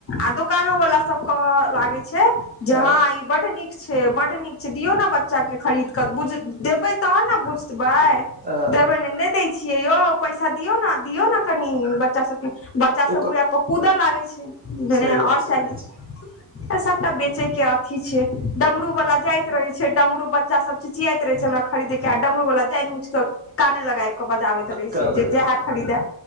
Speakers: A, on the left; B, on the right.
A: आ दोकानो वाला सब कह लागे छै, जे
B: अ
A: हँ ई बड नीक छै बड नीक छै, दियौ ने बच्चा के खरीद बुझ देबै तहन ने बुझबै,
B: अ
A: देबै नै दै छियै यौ। पैसा दियो ने दियो ने कनि, बच्चा सब के बच्चा सब
B: ओकर
A: उहै पर कूदऽ लागे छै। जने
B: सही
A: आओर
B: बात
A: चाही,
B: सही बात छै
A: त सबटा बेच के अथी छै, डमरू वाला जाइत रहै छै छै डमरु बच्चा सब चिचियाइत रहे छै, हमरा खरीदे के आ डमरु वाला जैन बुइझ के कान लगाय बजाबैत रहै
B: कान
A: छै, जे
B: लगबै
A: जैहे खरीदे